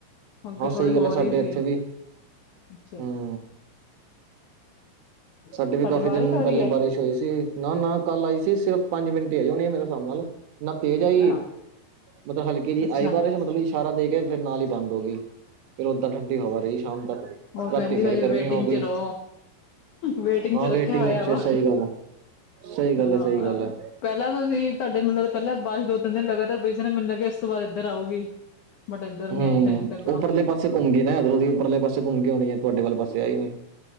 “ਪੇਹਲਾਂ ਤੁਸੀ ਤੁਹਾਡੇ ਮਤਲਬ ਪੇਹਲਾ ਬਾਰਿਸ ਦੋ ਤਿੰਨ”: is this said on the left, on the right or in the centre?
Left